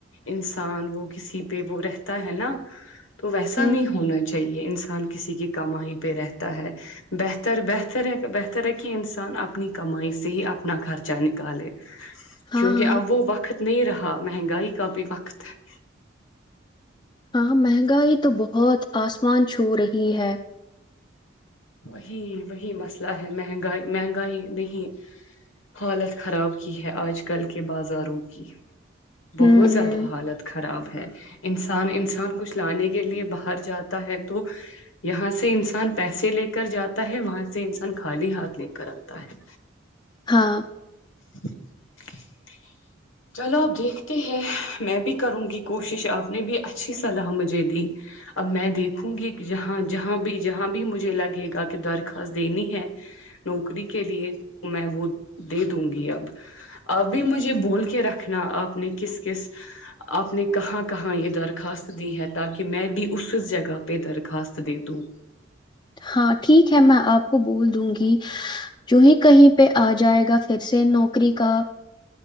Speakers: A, on the left; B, on the left.
A: انسان وہ کسی پہ وہ رہتا ہے نا تو ویسا
B: ہوں
A: نہیں ہونا چاہیے انسان انسان کسی کی کمائی پہ رہتا ہے بہتر بہتر ہے بہتر ہے کہ انسان اپنی کمائی سے ہی اپنا خرچہ نکالے
B: ہاں
A: کیونکہ
B: ہاں
A: اب وہ وقت نہیں رہا مہنگائی کا بھی وقت ہے
B: ہاں مہنگائی تو بہت آسمان چھو رہی ہے
A: وہی وہی مسئلہ ہے مہنگائی مہنگائی نہیں حالت خراب کی ہے آج کل کے بازاروں کی بہت
B: ہوں
A: زیادہ
B: ہوں
A: حالت خراب ہے انسان انسان کچھ لانے کے لیے باہر جاتا ہے تو یہاں سے انسان پیسے لے کے کر جاتا ہے وہاں سے انسان خالی ہاتھ لے کر آتا ہے
B: ہاں
A: <inaudible> چلو آپ دیکھتے ہیں میں بھی کروں گی کوشش آپ نے بھی اچھی صلاح مجھے دی اب میں دیکھوں گی جہاں جہاں بھی جہاں بھی مجھے لگے گا کہ درخواست دینی ہے نوکری کے لیے تو میں وہ دے دوں گی اب اب بھی مجھے بول رکھنا آپ نے کس کس آپ نے کہاں کہاں یہ درخواست دی ہے تاکہ میں بھی اس جگہ پہ درخواست دے دوں
B: ہاں ٹھیک ہے میں آپ کو بول دوں گی جو ہی کہیں پہ آ جائے گا پھر سے نوکری کا